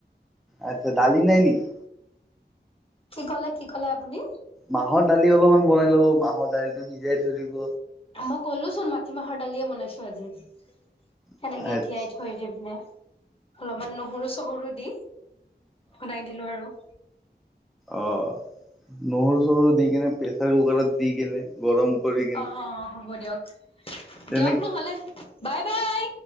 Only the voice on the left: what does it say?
কি ক'লে, কি ক'লে আপুনি?
মই ক'লো চোন মাটিমাহৰ দালিয়ে বনাইছো আজি, সেনেকে
তিয়াই থৈ থৈ দি পিনে, অলপমান নহৰু-চহৰু দি বনাই দিলো আৰু।
অ, হ'ব দিয়ক,
দিয়ক নহ'লে। বাই, বাই।